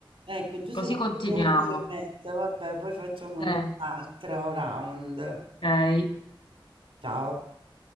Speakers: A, on the right (about 90°); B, on the left (about 75°).
A: Ecco, giusto
B: Così
A: perché
B: continuiamo.
A: sono le 11 e mezza, vabbè, poi facciamo
B: Eh,
A: un'altra round.
B: ok.
A: Ciao.